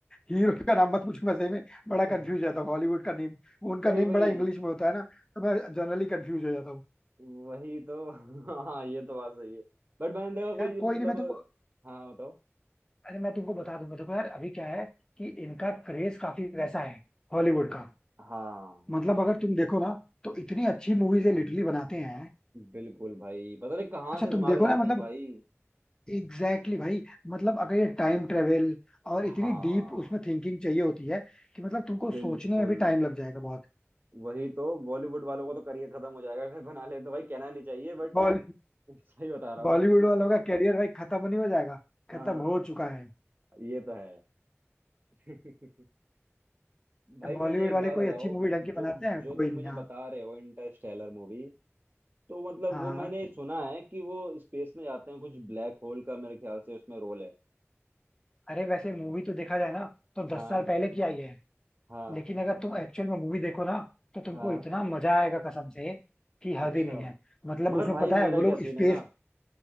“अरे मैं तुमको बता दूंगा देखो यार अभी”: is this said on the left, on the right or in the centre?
Left